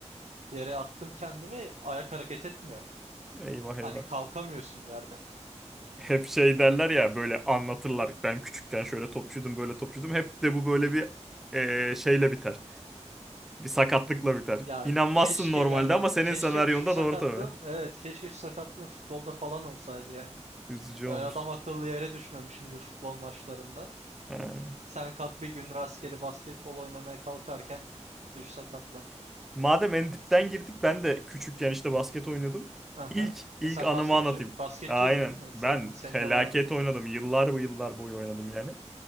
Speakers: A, on the right; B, in the centre.
A: Yere attım kendimi ayak hareket etmiyor.
B: Eyvah
A: Hani
B: eyvah.
A: kalkamıyorsun yerden.
B: hep şey derler ya böyle anlatırlar ben küçükken şöyle topçuydum böyle topçuydum hep de bu böyle bir eee, şeyle biter bir sakatlıkla biter
A: Ya
B: İnanmazsın
A: keşke
B: normalde
A: yani
B: ama senin
A: keşke
B: senaryonda
A: şu sakatlığım
B: doğru tabii
A: evet keşke şu sakatlığım futbolda falan olsaydı yani.
B: üzücü
A: Öyle
B: olmuş
A: adam akıllı yere düşmemişimdir futbol maçlarında.
B: Ha.
A: Sen kalk bir gün rastgele basketbol oynamaya kalkarken düş sakatlan.
B: madem en dipten girdik ben de küçükken işte basket oynuyordum
A: Aha.
B: İlk ilk
A: E sen
B: anımı
A: basketçi
B: anlatayım
A: basketçiydin
B: aynen
A: değil mi? Senin,
B: ben
A: senin
B: felaket
A: de vardı.
B: oynadım yıllar bu yıllar boyu oynadım yani